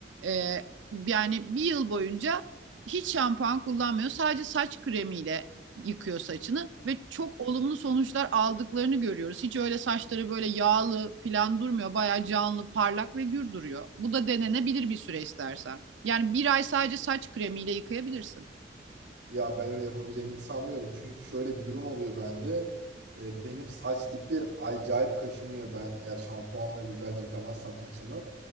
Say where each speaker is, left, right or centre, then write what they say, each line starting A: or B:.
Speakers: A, on the right; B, on the right.
A: Ee, yani bir yıl boyunca hiç şampuan kullanmıyor. Sadece saç kremiyle yıkıyor saçını ve çok olumlu sonuçlar aldıklarını görüyoruz. Hiç öyle saçları böyle yağlı falan durmuyor. Bayağı canlı, parlak ve gür duruyor. Bu da denenebilir bir süre istersen. Yani bir ay sadece saç kremiyle yıkayabilirsin.
B: Ya ben öyle yapabileceğimi hiç sanmıyorum. Çünkü şöyle bir durum oluyor bende. Ee, benim saç diplerim acayip kaşınıyor. Ben eğer şampuanla güzelce yıkamazsam saçımı.